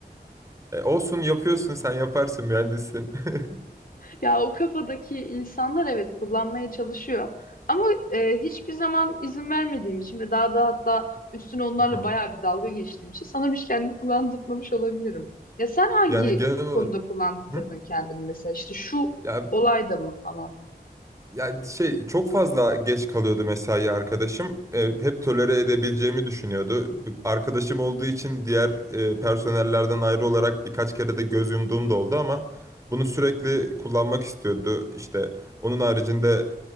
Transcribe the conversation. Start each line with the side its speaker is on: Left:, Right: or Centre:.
Right: E, olsun yapıyorsun sen yaparsın mühendissin. <laughs>
Left: Ya o kafadaki insanlar evet kullanmaya çalışıyor. Ama e, hiçbir zaman izin vermediğim için ve daha da hatta üstüne onlarla
Right: Hı hı.
Left: bayağı bir dalga geçtiğim için sana bir kendimi kullandırmamış olabilirim. Ya sen hangi
Right: Yani genel olarak
Left: konuda kullandırdın
Right: Hı?
Left: kendini mesela işte şu
Right: Ya
Left: olayda mı falan?
Right: yani şey çok fazla geç kalıyordu mesai arkadaşım. E, hep tolere edebileceğimi düşünüyordu. B- Arkadaşım olduğu için diğer e, personellerden ayrı olarak birkaç kere de göz yumduğum da oldu ama bunu sürekli kullanmak istiyordu. İşte onun haricinde